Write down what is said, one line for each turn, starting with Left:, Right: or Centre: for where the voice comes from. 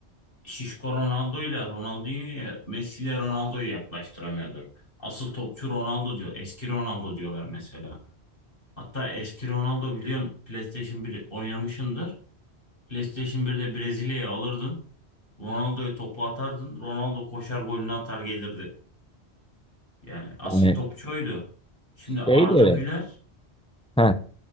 Left: şişko Ronaldo'yla Ronaldinho'ya Messi'yle Ronaldo'yu yaklaştıramıyordur. Asıl topçu Ronaldo diyor. Eski Ronaldo diyorlar mesela. Hatta eski Ronaldo biliyorsun PlayStation bir oynamışındır. PlayStation 1'de Brezilya'ya alırdın. Ronaldo'ya topu atardın. Ronaldo koşar golünü atar gelirdi. Yani asıl
Centre: Yani
Left: topçu oydu. Şimdi Arda
Centre: şey de öyle.
Left: Güler.
Centre: He.